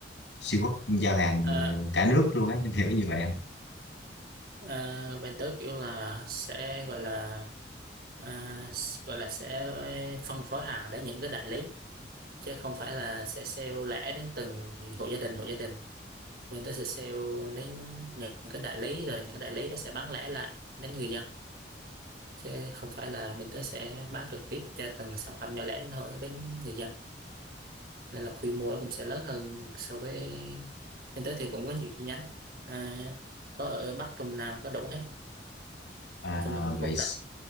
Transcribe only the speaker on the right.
à,
à, bên tớ kiểu là sẽ gọi là à, gọi là sẽ phân phối hàng đến những cái đại lý chứ không phải là sẽ sale lẻ đến từng hộ gia đình hộ gia đình người ta sẽ sale đến những cái đại lý rồi những cái đại lý nó sẽ bán lẻ lại đến người dân chứ không phải là mình tới sẽ bán trực tiếp cho từng sản phẩm nhỏ lẻ đến hộ đến người dân nên là quy mô nó cũng sẽ lớn hơn so với mình tới thì cũng có nhiều chi nhánh à, có ở Bắc Trung Nam có đủ hết
chung là cũng
cũng rộng